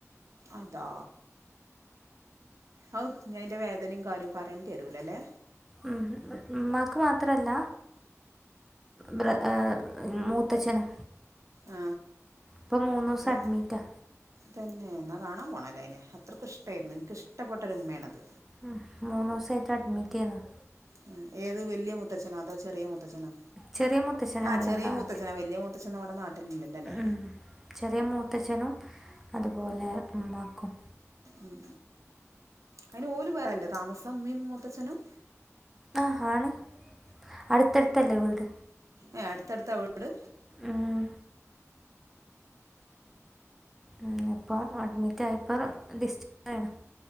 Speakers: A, on the right; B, in the centre.
A: അതാ ഔ ഞ്ഞി അയിന്റെ വേദനേം കാര്യോം പറയേണ്ടിരൂലല്ലേ
B: ഉം ഉമ്മാ ക്ക് മാത്രല്ല ബ്ര ആ മ്മൂത്തച്ഛന്
A: ആ
B: പ്പൊ മൂന്നൂസം
A: എ-
B: അഡ്മിറ്റാ
A: തന്നെ ന്നാ കാണാൻ പോണോല്ലേ അയിനെ അത്രയ്ക്കും ഇഷ്ടായിയിരുന്നു എനിക്കിഷ്ടപ്പെട്ട ഒരു ഉമ്മയാണത്
B: ഉം മൂന്നൂസോയിറ്റ് അഡ്മിറ്റ് യ്ന്ന് ണ്
A: ഉം. ഏത് വല്യ മുത്തഛനാ അതോ ചെറിയ മുത്തച്ഛനോ
B: ചെറിയ മുത്തച്ഛനാണല്ലോ
A: ആഹ് ചെറിയ
B: നാട്ടിൽ
A: മൂത്തച്ഛന വല്യ മൂത്തച്ഛന നമ്മടെ നാട്ടിലില്ലല്ലോല്ലേ
B: ഉം. ചെറിയ മൂത്തച്ഛനും അതുപോലെ ഉമ്മാക്കും
A: ഉം അയ്ന് ഓല് വേറല്ലേ താമസം ഉമീം മുത്തച്ഛനും
B: അഹ് ഹാണ് അടുത്തടുത്തല്ലേ വീട്
A: ഏഹ് അടുത്തടുത്ത വീട്
B: ഉം. ഉം ഇപ്പോം അഡ്മിറ്റായപ്പോ ഡിസ് <unintelligible>